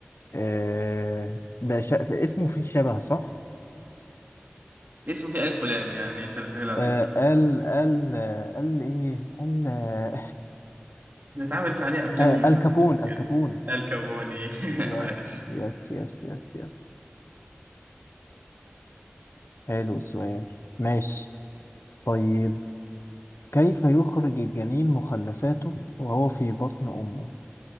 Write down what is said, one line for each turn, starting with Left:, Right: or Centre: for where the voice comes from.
Left: آه بقى شا... في اسمه فيه شبه صح؟
Right: اسمه فيه الف ولام يعني عشان اسهل عليك
Left: آه قال قال آه، قال ايه؟ قال آه
Right: ده اتعملت عليه
Left: <laughs>
Right: افلام
Left: آه،
Right: ومسلسلات
Left: الكابون الكابون
Right: كده الكابوني <laughs>
Left: يس
Right: عاش
Left: يس يس يس يس حلو السؤال ماشي طيب كيف يخرج الجنين مخلفاته وهو في بطن أمه؟